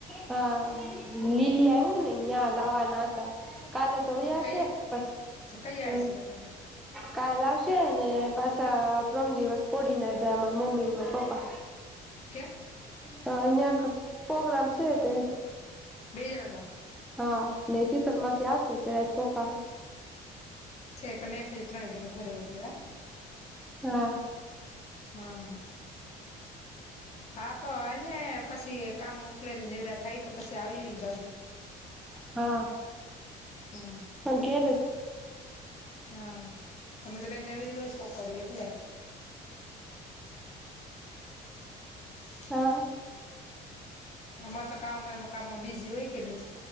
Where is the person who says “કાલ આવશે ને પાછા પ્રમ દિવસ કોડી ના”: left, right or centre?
Centre